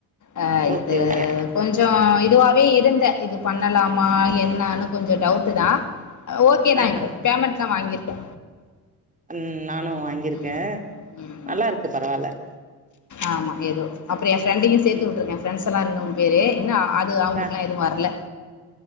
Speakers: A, on the left (about 55°); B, on the right (about 20°).
A: அ
B: ஓகே
A: இது
B: ஓகே
A: கொஞ்சோ இதுவாவே இருந்த இது பண்ணலாமா என்னான்னு கொஞ்சோ டவுட்டு தா அ ஓகேதா
B: ஆஹா
A: இப்ப பேமெண்ட்லா வாங்கிர்க்கே
B: ம் நானு வாங்கிருக்கே
A: ம் ம்
B: நல்லா இருக்கு பரவால்ல
A: ஆமா ஏதோ அப்ற என் ஃப்ரெண்டையு சேத்து
B: ம்
A: விட்ருக்கே ஃப்ரெண்ட்ஸ் எல்லா இருந்தோ பேரே இன்னா அ ஆத் கு அவ்ங்ளுக்லா
B: ஆ
A: எது வர்ல